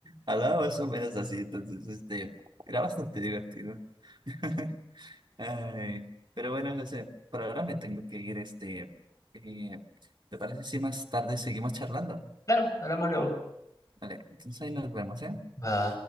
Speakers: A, on the right (about 60°); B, on the left (about 35°).
A: hablaba más o menos así, entonces, este, era bastante divertido. <laughs> Ay, pero bueno, José, por ahora me tengo que ir, este, eh, ¿te parece si más tarde seguimos charlando?
B: Claro, hablamos luego.
A: Vale, entonces ahí nos vemos, ¿eh?
B: Va,